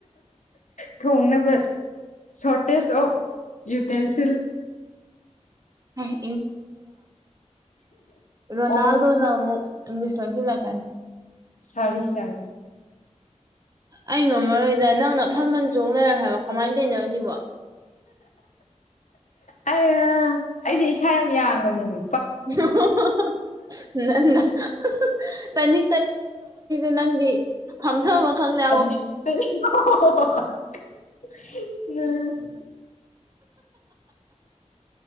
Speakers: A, on the left; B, on the right.
A: ꯊꯣꯡꯅꯕ ꯁꯣꯔꯇꯦꯖ ꯑꯣꯐ ꯌꯨꯇꯦꯟꯁꯤꯜ
B: <unintelligible> ꯔꯣꯅꯥꯜꯗꯣꯅ
A: ꯑꯣ
B: ꯑꯃꯨꯛ ꯏꯪꯂꯤꯁ ꯂꯣꯟꯖꯤꯟꯂꯛꯀꯅꯤ
A: <unintelligible>
B: ꯑꯩ ꯉꯝꯃꯔꯣꯏꯗ ꯅꯪꯅ ꯐꯟ ꯐꯟ ꯆꯣꯡꯗꯅ ꯍꯥꯏꯕ ꯀꯃꯥꯏ ꯇꯧꯔꯤꯅꯣ ꯁꯤꯕꯣ
A: ꯑꯩꯌꯥ ꯑꯩꯁꯦ ꯏꯁꯥ ꯌꯥꯝ ꯌꯥꯡꯕꯅꯦꯃꯦ
B: <unintelligible> ꯑꯗꯨ ꯅꯪꯗꯤ ꯐꯝꯊꯕꯈꯛꯅꯦ
A: <unintelligible>